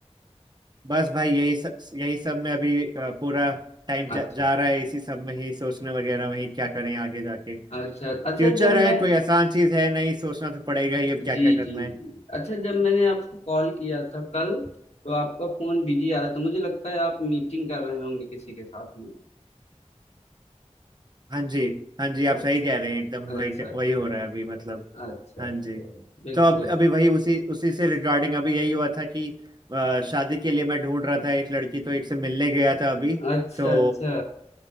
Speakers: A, on the right; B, on the left.
A: बस भाई यही सब यही सब में अभी अ, पूरा टाइम जा,
B: अच्छा
A: जा रहा है इसी सब में ही सोचने वगैरह में ही क्या करें आगे जाके
B: अच्छा अच्छा
A: फ्यूचर
B: जब
A: है
B: मैं
A: कोई आसान चीज है नहीं सोचना तो पड़ेगा ही अब क्या
B: जी
A: क्या करना
B: जी
A: है
B: जी अच्छा जब मैंने आपको कॉल किया था कल तो आपका फोन बिजी आ रहा था मुझे लगता है आप मीटिंग कर रहे होंगे किसी के साथ में
A: हाँ जी हाँ जी आप
B: अच्छा
A: सही कह रहे हैं एकदम
B: अच्छा
A: वही
B: अच्छा
A: वही हो रहा है अभी मतलब
B: अच्छा
A: हाँ
B: अच्छा
A: जी
B: बिल्कुल
A: तो अब अभी वही उसी उसी से रिगार्डिंग अभी यही हुआ था कि अ, शादी के लिए मैं ढूंढ रहा था एक लड़की तो एक से मिलने गया था अभी
B: अच्छा
A: तो
B: अच्छा